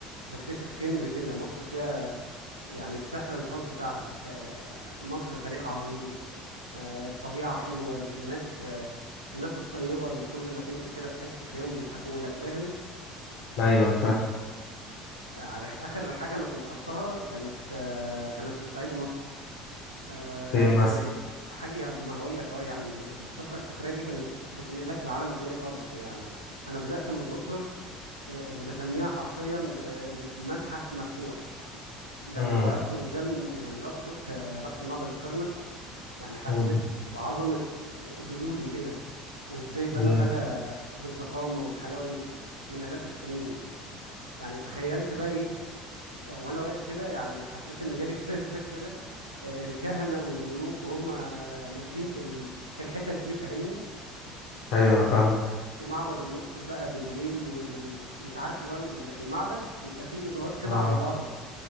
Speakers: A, on the right (about 90°); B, on the left (about 50°).
A: بكتشف كنز كده مصر فيها يعني السحر الخاص بتاعها تا- مصر تاريخ عظيم آه، طبيعة حلوة الناس آه، الناس الطيبة اللي كل ما تمشي كده في حتة تلاقيهم بيضحكوا لك فاهم
B: ايوه انا فاهم
A: آه، عارف- آخر حاجة أنا كنت رحتها كانت آه، كانت في صعيد مصر آه،
B: فين
A: يعني
B: مثلا
A: حاجة يعني ما هقول لك اه يعني السفر السفرية دي كانت بتنقلك لعالم تاني خالص كده يعني أنا بدأت من الأقصر آه، اللي بسميها حرفيا آه، متحف مفتوح لما
B: امم
A: وقفت قدام يعني را- شفت آه، رحت معبد الكرنك يعني حسيت
B: امم
A: بعظمة جدودي كده وازاي بنوا
B: امم
A: حاجة بالضخامة والحلاوة دي من آلاف السنين يعني تخيلت بقى ايه وانا واقف كده يعني حسيت ان جالي <laughs> فلاش باك كده آه، الكهنة والملوك وهم ماشيين في ال... في الحتت دي فاهمني
B: ايوه انا فاهمك
A: ومعبد الأقصر بقى بالليل وال... انت عارف اللي هو ال- المعبد بيبقى فيه إضاءات كده
B: اه
A: على الأرض